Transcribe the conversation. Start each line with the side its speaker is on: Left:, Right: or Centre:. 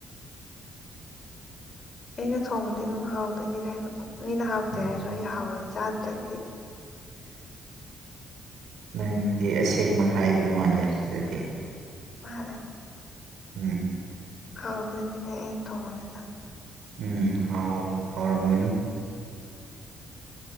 Left: ꯑꯩꯅ ꯊꯣꯡꯕꯗꯤ ꯑꯗꯨꯝ ꯍꯥꯎꯗꯣꯏꯅꯤ ꯀꯩꯅꯣ ꯃꯤꯅ ꯍꯥꯎꯇꯦ
Right: ꯎꯝ
Left: ꯍꯥꯏꯔꯁꯨ ꯑꯩ ꯍꯥꯎꯋꯦꯅ ꯆꯥꯗ꯭ꯔꯗꯤ꯫
Right: ꯅꯪꯗꯤ ꯑꯁꯦꯡꯕ ꯍꯥꯏꯕ ꯃꯥꯜꯂꯦ ꯑꯗꯨꯗꯤ꯫
Left: ꯃꯥꯅꯦ꯫
Right: ꯎꯝ
Left: ꯍꯥꯎꯗꯣꯢꯅꯤꯅꯦ ꯑꯩꯅ ꯇꯣꯡꯕꯅꯤꯅ꯫
Right: ꯎꯝ ꯍꯥꯎꯌꯣ ꯍꯧꯎꯔꯝꯒꯅꯤ